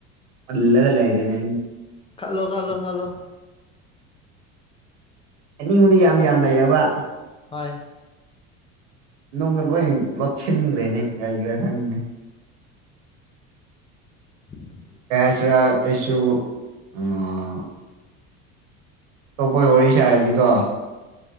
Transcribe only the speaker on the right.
ꯍꯂꯒꯂꯔꯤꯅ
ꯑꯅꯤ ꯍꯗꯤ ꯌꯥꯝ ꯌꯥꯝꯗꯥꯩꯌꯦꯕ
ꯅꯨꯡꯗ ꯂꯣꯏ ꯂꯣꯠꯁꯤꯟꯈ꯭ꯔꯦꯅꯦ ꯀꯔꯤꯈ꯭ꯔꯥ ꯈꯪꯅꯦ
ꯀꯌꯥꯆꯔ ꯀꯁꯨꯁꯨ ꯎꯝ ꯇꯣꯛꯞꯄꯒꯤ ꯋꯥꯔꯤ ꯁꯥꯔꯗꯤꯀꯣ